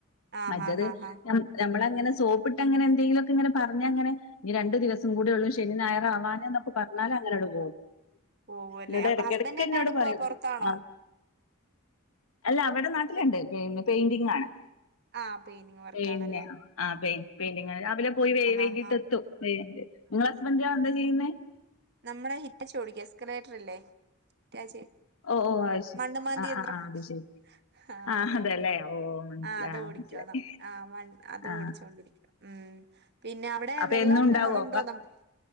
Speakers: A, on the right; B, on the left.
A: ആഹ്
B: മറ്റേത്
A: ആഹ് ആഹ് ആഹ്
B: ഞം ഞമ്മളെ അങ്ങനെ സോപ്പിട്ടങ്ങനെ എന്തെങ്കിലൊക്കങ്ങനെ പർഞ്ഞാ ങ്ങനെ ഇഞ് രണ്ട് ദിവസം കൂട്യൊള്ളൂ ശനിം ഞയറാവാന് ന്നൊക്കെ പ ർഞ്ഞാല് അങ്ങനണ്ട് പോവും.
A: പോവല്ലേ
B: ഇന്നട്ട്
A: അപ്പൊ
B: എടക്കെടക്കെന്നോട്
A: ഹസ്ബൻഡ് എന്നാ എടുക്കുവാ
B: പറിം
A: പൊറത്താണോ
B: ആഹ് അല്ല അവടെ നാട്ടിലുണ്ട്
A: ഹസ്ബൻഡ്
B: പിന്നെ പെയ്ന്റിങാണ്
A: ആഹ് പെയിന്റിങ് വർക്കാണല്ലേ
B: പിന്നെ ആഹ് പെയ് പെയ്ൻ്റിങാണ് രാവിലെ പോയി വൈ
A: ആഹ്
B: വൈകീട്ടെത്തും
A: ആഹ് ആഹ്
B: വെ <unintelligible> ഇങ്ങളസ്ബെൻഡോ എന്താ ചെയ്യുന്നേ?
A: നമ്മളെ ഹിറ്റച്ചോടിക്ക എസ്കലേറ്ററില്ലേ ഹിറ്റാച്ച്
B: ഓ ഓ അത് ശരി
A: മണ്ണ്മാതിയന്ത്രം
B: ആ ആ ആ അത് ശരി
A: ഹാ
B: ആ
A: ത്
B: അതെല്ലേ ഓ മനസ്സില
A: ആഹ് അതോടിക്ക്യാന്ന
B: മനസ്സിലായി
A: ആ മൺ അതോടിച്ചൊണ്ടിരിക്ക.
B: ആ
A: ഉം പിന്നെ അവടെ
B: അപ്പൊ
A: വെള്ളൊക്കെ
B: എന്നും ഉണ്ടാവോ
A: ഉണ്ടോ നമ്മക്ക്